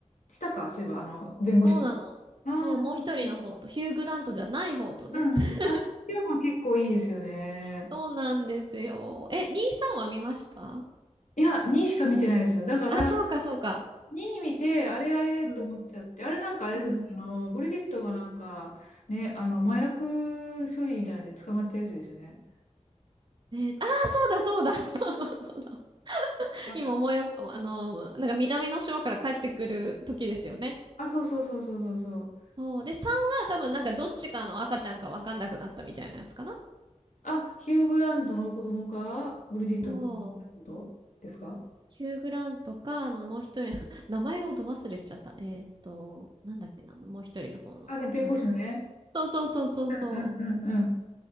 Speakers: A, on the left; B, on the right.
A: したか、そういえば、あの、弁護士と。
B: そうなの。
A: ああ、
B: そう、
A: なるほど。
B: もう一人の方と、ヒュー・グラントじゃない方とね。
A: うん。
B: <laughs>
A: あ、今日も結構いいですよね。
B: そうなんですよ。え、兄さんは見ました
A: いや、2しか見てないです。だから、
B: あ、そうか、そうか。
A: 2位見て、あれあれと思っちゃって、
B: うん。
A: あれなんかあれですね、
B: うん。
A: あの、ブリジットがなんか、ね、あの、麻薬所持みたいなので捕まったやつですよね。
B: えーあー、そうだ、そうだ。<laughs> そうそうそう。
A: あ
B: 今思いよ、あの、なんか南の島から帰ってくる時ですよね。
A: あ、そうそうそうそうそうそう。
B: そう。で、3は多分なんかどっちかの赤ちゃんかわかんなくなったみたいなやつかな。
A: あ、ヒュー・グラントの子供か、ブリジットの子供ってことですか
B: そう。ヒュー・グラントか、あの、もう一人の <laughs>、名前がど忘れしちゃった。えーっと、なんだっけな、もう一人の方の。
A: あ、ね、弁護士のね。
B: あの、そうそうそうそうそう。
A: うんうんうんうん。